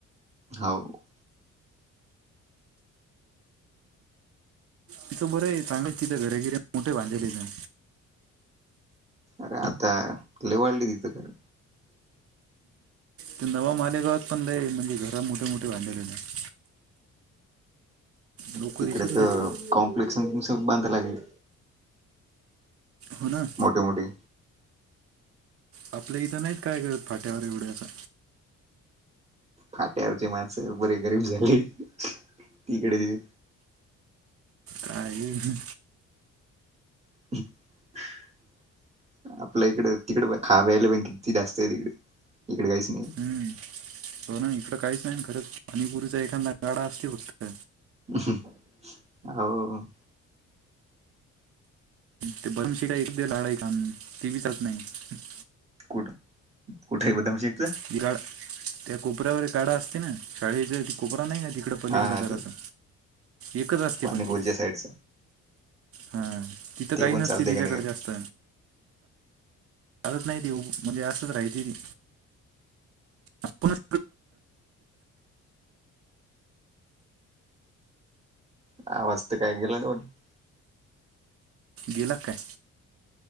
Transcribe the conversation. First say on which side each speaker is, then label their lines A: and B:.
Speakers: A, on the right (about 20°); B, on the right (about 50°).
A: हो.
B: तिथं बरं आहे, चांगलंच तिथं घर घिरी मोठे बांधले आहे.
A: अरे आता लवाढली तिथं खर.
B: ते नवा मालेगावात पण लय ये म्हणजे घर मोठे मोठे बांधलेले. <unintelligible> लोक
A: तिकडे
B: दिसत
A: तर
B: नाहीत पण
A: कॉम्प्लेक्स बांधायलागेलत.
B: हो ना.
A: मोठे मोठे
B: आपल्या इथं नाहीत काय करत फाट्यावर एवढं आता.
A: फाट्यावरचे माणस बरे गरीब झाले तिकडे
B: काहीही
A: <inaudible> आपल्या इकडं तिकड खायाप्यायला पण किती त जास्त आहे तिकडे इकडे काहीच नाही
B: हम्म तो नाही इकडं काहीच नाही करंत पाणीपुरीचा एखादा गाडा असते फक्त
A: हम होव
B: ते <unintelligible> काम ते बी करत नाही
A: कुठ कुठे आहे बदमशेकचं
B: ती गाड त्या कोपऱ्यावर एक गाडा असते ना शाळेच त कोपरा नाही ना तिकडं पलीकडं
A: हा
B: जरासा
A: ते
B: एकच असते
A: पाणीपुरीच्या
B: पण ते
A: साईडच
B: हा तिथं काही
A: ते पण
B: नसती
A: चालते
B: तिच्याकडे
A: का नाही काय
B: जास्त चालत नाही ते म्हणजे असंच राहायची ते आपणच
A: हा वाजत काय गेलं <unintelligible>
B: गेला का काय